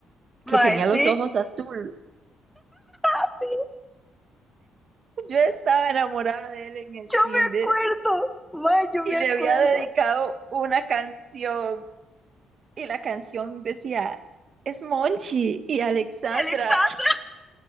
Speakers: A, on the right (about 50°); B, in the centre.
A: que
B: Mae,
A: tenía los
B: sí,
A: ojos azul?
B: ah, sí,
A: Yo estaba enamorada de él en el
B: yo
A: kinder
B: me acuerdo. Mae, yo
A: y
B: me
A: le
B: acuerdo.
A: había dedicado una canción y la canción decía, es Monchi y Alexandra.
B: Alexandra,
A: <laughs>